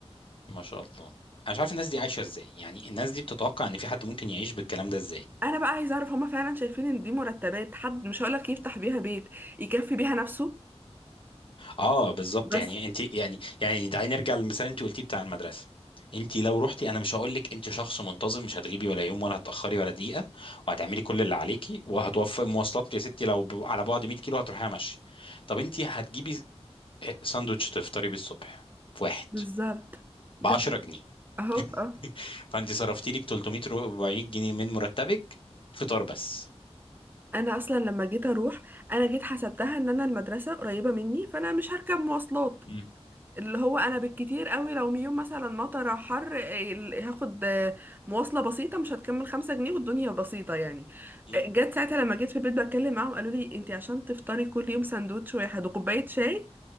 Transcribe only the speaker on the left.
ما شاء الله انا مش عارف الناس دي عايشه ازاي يعني الناس دي بتتوقع ان في حد ممكن يعيش بالكلام ده ازاي
اه بالظبط
يعني انت يعني يعني تعالي نرجع للمثال اللي انت قلتيه بتاع المدرسه انت لو رحتي انا مش هقول لك انت شخص منتظم مش هتغيبي ولا يوم ولا هتاخري ولا دقيقه وهتعملي كل اللي عليكي وهتوفري مواصلات يا ستي لو ب- على بعد 100 كيلو هتروحيها ماشي طب انت هتجيبي إيه، ساندوتش تفطري بيه الصبح في واحد
ب 10
جنيه
<laughs>
فانت صرفتي لك 340 جنيه من مرتبك فطار بس
مم.
مم.